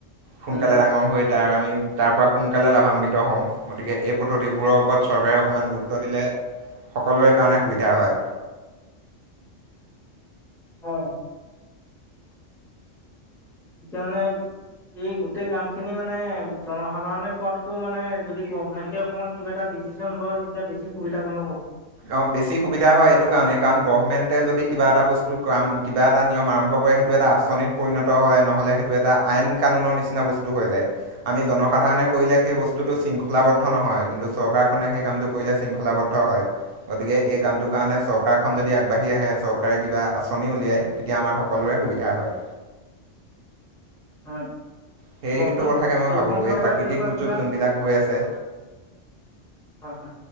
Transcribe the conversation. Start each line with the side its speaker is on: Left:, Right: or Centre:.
Right: সোনকালে
Centre: উম
Right: ডাঙৰ হৈ তাৰ আমি তাৰ পৰা সোনকালে লাভান্বিত হওঁ, গতিকে এই পদ্ধতিবোৰৰ ওপৰত চৰকাৰে অকণমান গুৰুত্ব দিলে সকলোৰে কাৰণে সুবিধা হয়।
Centre: হয়। যে মানে। এই গোটেই কাম খিনি মানে জনসাধাৰণে কোৱাতকেও মানে যদি গভমেন্টে অকমান কিবা এটা ডিচিশন লয় তেতি বছি সুবিধাজন
Right: অ বেছি সুবিধা হয় এইটো কাৰণে কাৰণ গভমেণ্টে যদি
Centre: হয়
Right: কিবা এটা বস্তু কাম কিবা এটা নিয়ম আৰম্ভ কৰে, সেইটো এটা আঁচনিত পৰিণত হয় নহ'লে সেইটো এইটো এটা আইন কানুনৰ নিচিনা বস্তু হৈ যায়, আমি জনসাধাৰণে
Centre: হয়
Right: কৰিলে সেই বস্তুটো শৃংখল শৃংখলাবদ্ধ নহয়, কিন্তু চৰকাৰখনে সেই কামটো কৰিলে শৃংখলাবদ্ধ হয়। গতিকে এই কামটো কাৰণে চৰকাৰ খন যদি আগবাঢ়ি আহে চৰকাৰে কিবা আঁচনিও উলিয়াই তেতিয়া আমাৰ সকলোৰে সুবিধা হয়।
Centre: হয়
Right: সেইটো
Centre: বৰ্তমান
Right: কথাকে মই
Centre: এইখন
Right: ভাবো,
Centre: চৰকাৰ
Right: এই প্ৰাকৃতিক
Centre: তেনেকুৱা
Right: দুৰ্যোগ
Centre: কিবা
Right: যোনবিলাক হৈ আছে।
Centre: হয়।